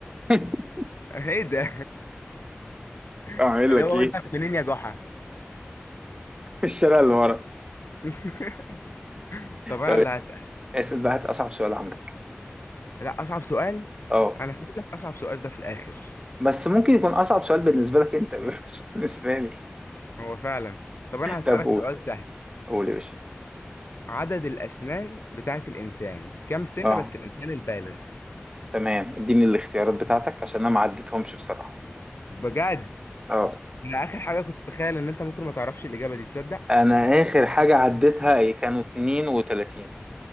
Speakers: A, on the right (about 20°); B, on the left (about 65°).
A: <laughs>
B: ايه ده <laughs>
A: اعمل
B: اللي
A: لك
B: هو
A: ايه؟
B: ودنك منين يا جحا
A: في الشارع اللي ورا
B: <laughs> طب انا
A: طب
B: اللي هسال
A: اسأل بقى هات أصعب سؤال عندك
B: لا اصعب سؤال
A: اه
B: انا سايب لك اصعب سؤال ده في الاخر
A: بس ممكن يكون أصعب سؤال بالنسبة لك أنت <laughs> مش بالنسبة لي
B: هو فعلا طب انا هسالك
A: طب قول
B: سؤال سهل
A: قول يا باشا
B: عدد الاسنان بتاعت الانسان كام سن
A: اه
B: بس الانسان البالغ
A: تمام اديني الاختيارات بتاعتك عشان أنا ما عديتهمش بصراحة
B: بجد
A: اه
B: انا اخر حاجه كنت اتخيل ان انت ممكن ما تعرفش الاجابه دي تصدق
A: أنا آخر حاجة عديتها هي كانوا 32